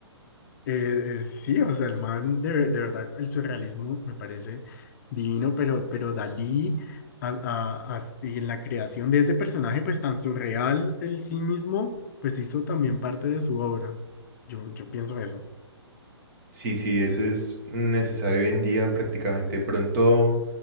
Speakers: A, on the left; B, on the right.
A: eh, eh, sí, o sea, el man, de, ver- de verdad, el surrealismo me parece divino, pero, pero Dalí, a- a- a- y en la creación de ese personaje, pues tan surreal el sí mismo, pues hizo también parte de su obra. Yo, yo pienso eso,
B: Sí, sí, eso es necesario hoy en día prácticamente. Pronto